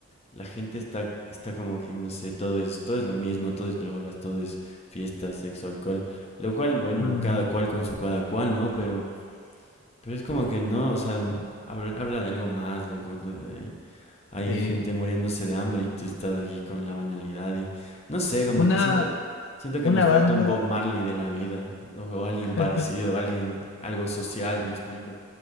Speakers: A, on the left; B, on the left.
A: la gente está, está como que, no sé, todo es, todo es lo mismo, todo es drogas, todo es fiesta, sexo, alcohol, lo cual, bueno,
B: Mm,
A: cada cual con su cada cual, ¿no? Pero, pero es como que no, o sea, habla, habla de algo más, loco. Hay, hay
B: sí.
A: gente muriéndose de hambre y tú estás aquí con la banalidad y, no sé, como
B: Una,
A: que siento, siento que
B: una
A: nos
B: banda,
A: falta un Bob Marley de la vida, o, o alguien parecido,
B: <laughs>
A: alguien, algo social, me explico.